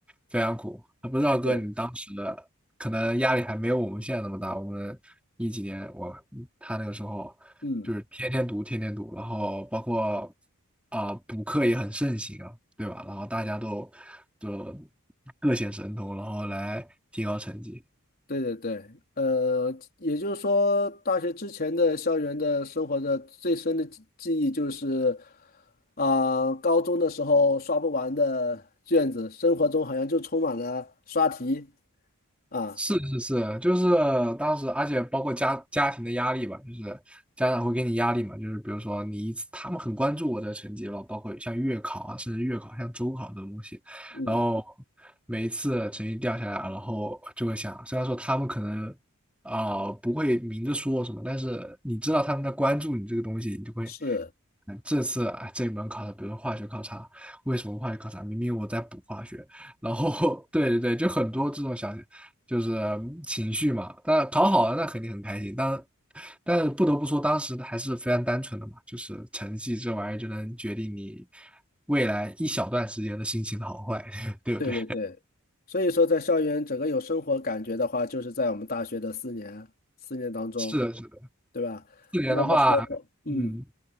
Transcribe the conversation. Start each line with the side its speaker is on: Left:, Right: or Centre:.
Centre: 非常苦。不知道哥，
Left: 对，
Centre: 你当时的可能压力还没有我们现在那么大。我们一几年，我他那个时候就是天天读，
Left: 嗯。
Centre: 天天读，然后包括啊、补课也很盛行啊，对吧？然后大家都就各显神通，然后来提高成绩。
Left: 对对对，呃，也就是说，大学之前的校园的生活的最深的记记忆就是，啊、高中的时候刷不完的卷子，生活中好像就充满了刷题啊，
Centre: 是是是，就是当时，而且包括家家庭的压力吧，就是家长会给你压力嘛，就是比如说你一次，他们很关注我的成绩吧，包括像月考啊，甚至月考、像周考这种东西，
Left: 嗯，
Centre: 然后每一次成绩掉下来，然后就会想，虽然说他们可能啊、不会明着说什么，但是你知道他们在关注你这个东西，你就会，
Left: 是，
Centre: 嗯，这次啊这一门考的，比如说化学考察，为什么化学考察？明明我在补化学，然后 <laughs> 对对对，就很多这种小就是嗯情绪嘛。但考好了，那肯定很开心。但但是不得不说，当时还是非常单纯的嘛，就是成绩这玩意儿就能决定你未来一小段时间的心情的好坏，<laughs> 对不对？
Left: 对对对，所以说在校园整个有生活感觉的话，就是在我们大学的四年四年当中，
Centre: 是的，是的。
Left: 对吧？
Centre: 四年的话，
Left: 那个时候，嗯
Centre: 嗯，